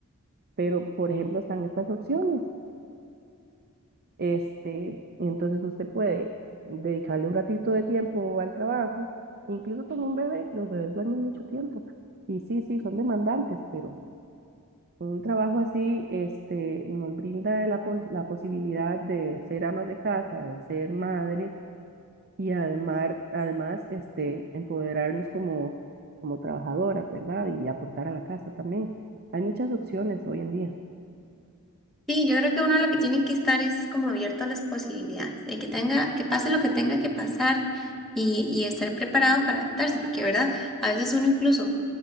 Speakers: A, on the right; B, in the centre.
A: pero por ejemplo están estas opciones, este, y entonces usted puede dedicarle un ratito de tiempo al trabajo, incluso con un bebé, los bebés duermen mucho tiempo, y sí, sí, son demandantes, pero... Un trabajo así, este, nos brinda la, pos- la posibilidad de ser amas de casa, de ser madre, y además, además este, empoderarnos como, como trabajadoras, ¿verdad? Y aportar a la casa también. Hay muchas opciones hoy en día.
B: Sí, yo creo que uno lo que tiene que estar es como abierto a las posibilidades, de que tenga, que pase lo que tenga que pasar y, y estar preparado para adaptarse, porque, ¿verdad? A veces uno incluso